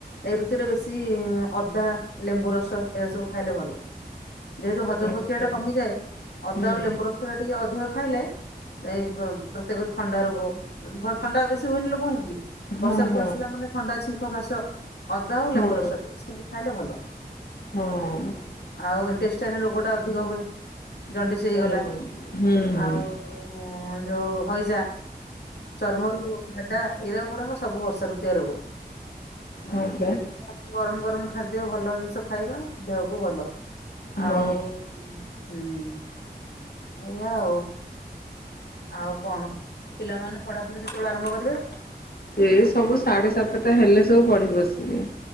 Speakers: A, on the left; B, on the left.
A: ଏଇ ଋତୁରେ ବେଶୀ ଅଦା, ଲେମ୍ବୁ ରସ ଏରା ସବୁ ଖାଇଲେ ଭଲ। ଯେହେତୁ ହଜମ
B: ଆଚ୍ଛା
A: ପ୍ରକ୍ରିୟା ଟା କମିଯାଏ। ଅଦା
B: ହୁଁ
A: ଆଉ ଲେମ୍ବୁ ରସ ଟା ଟିକେ ଅଧିକ ଖାଇଲେ ଏଇ ଶୁଣ ପ୍ରତ୍ୟେକ ଥଣ୍ଡା ରୋଗ, ଥଣ୍ଡା ବେଶୀ ହୁଏନି ଲୋକଙ୍କୁ କି?
B: ହଁ
A: ବର୍ଷା ଋତୁ
B: ହଁ
A: ଆସିଲା ମାନେ ଥଣ୍ଡା, ଛିଙ୍କ, କାଶ, ଅଦା ଆଉ
B: ହଁ
A: ଲେମ୍ବୁ ରସ ଖାଇଲେ ଭଲ।
B: ହୁଁ।
A: ଆଉ ଇଣ୍ଟେଷ୍ଟାଇନ ରୋଗଟା ଅଧିକ ହୁଏ। ଜଣ୍ଡିସ୍ ହେଇଗଲା
B: ହୁଁ ହୁଁ
A: ଆଉ ଯୋଉ ଯୋଉ ହଇଜା। ଚର୍ମରୁ ଏଟା ଏଡ଼େ ବଡ଼ ସବୁ ବର୍ଷା ଋତୁୟ ରୋଗ। ହୁଁ
B: ହଁ ପା
A: ତାକି ଗରମ ଗରମ ଖାଦ୍ୟ ଭଲ ଜିନିଷ ଖାଇବା ଦେହକୁ ଭଲ
B: ହଁ
A: ଆଉ। ହୁଁ। ଏଇଆ ଆଉ। ଆଉ କଣ- ପିଲାମାନେ ପଢାପଢି କେତେବେଳେ ଆରମ୍ଭ କରିବେ?
B: ଏଇ ସବୁ ସାଢେ ସାତଟା ହେଲେ ସବୁ ପଢିବ ବସିକି।